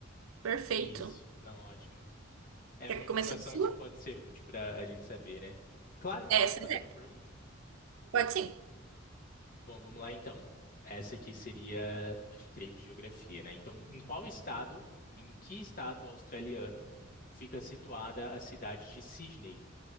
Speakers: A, on the right; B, on the left.
A: Perfeito.
B: Isso. Não, ótimo. É
A: Quer
B: uma informação
A: começar a sua?
B: que pode ser útil para a gente saber, né? Claro,
A: Essa
B: posso te fazer
A: é.
B: a minha pergunta?
A: Pode sim.
B: Bom, vamos lá então. Essa aqui seria, acho que creio que geografia, né? Então, em qual estado, em que estado australiano fica situada a cidade de Sydney?